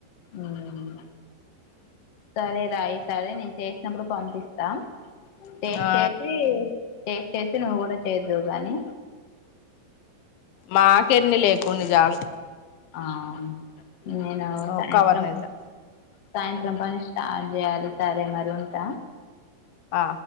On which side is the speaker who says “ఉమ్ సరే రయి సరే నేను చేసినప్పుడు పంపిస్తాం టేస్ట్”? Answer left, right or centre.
Left